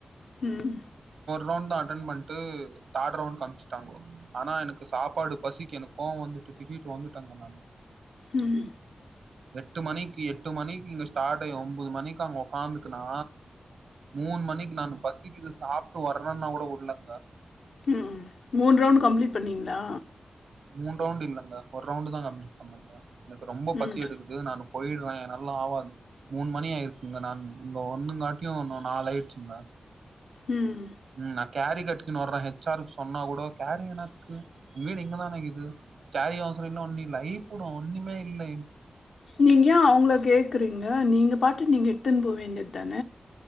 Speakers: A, on the left (about 80°); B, on the right (about 85°).
A: ம்
B: ரவ்ண்ட் தா அட்டன் பண்ட்டு தார்ட் ரவுண்ட்க்கு அமிச்சிட்டாங்கோ ஆனா எனக்கு சாப்பாடு பசிக்கு எனக்கு கோவோ வந்துட்டு திட்டிட்டு வந்துட்டங்க நானு
A: ம்
B: எட்டு மணிக்கி எட்டு மணிக்கி இங்க ஸ்டாட் ஆயு ஒம்போது மணிக்கி அங்க ஒக்காந்துக்குனா மூணு மணிக்கு நானு பசிக்கிது சாப்ட்டு வர்றன்னா கூட உட்லங்க
A: ம் மூண் ரவ்ண்ட் கம்ப்ளீட் பண்ணீங்ளா
B: மூன் ரவுண்ட் இல்லங்க ஒரு ரவுண்டு் தா கம்ப்ளீட் பண்ணங்க எனக்கு ரொம்ப பசி
A: ம்
B: எடுக்குது நானு போயிர்ற நல்லா ஆவாது மூண் மணி ஆயிருக்குங்க நான் இங்க ஒண்ணுங்காட்டியு ஒன்னு நாலாயிற்ச்சுங்க
A: ம்
B: ம் நா கேரி கட்டிகினு வர்ற ஹெச் ஆருக் சொன்னா கூடோ கேரினக்கு ஊ வீடு இங்கதானக்குது கேரி அவசரொ இன்னு ஒன்னு இல்ல பயப்புடு ஒன்னுமே இல்லை
A: நீங்க ஏ அவுங்கள கேக்குறீங்க நீங்க பாட்டு நீங்க எடுத்துன் போ வேண்டிய தான